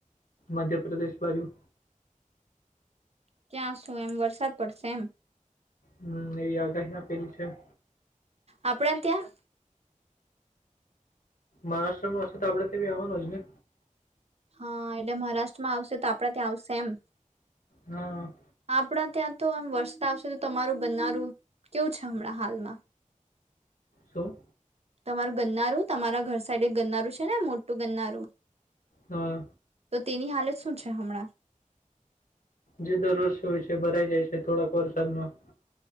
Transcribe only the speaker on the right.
ક્યાં શું એમ વરસાદ પડશે એમ
આપણે ત્યાં
હા એટલે મહારાષ્ટ્રમાં આવશે તો આપડા ત્યાં આવશે એમ
આપણા ત્યાં તો આમ વરસાદ આવશે તો તમારું ગનનારું કેવું છે હમણાં હાલમાં
તમારું ગન્નારું તમારા ઘર સાઇડ ગન્નારું છે ને મોટું ગન્નારું
તો તેની હાલત સુ છે હમણાં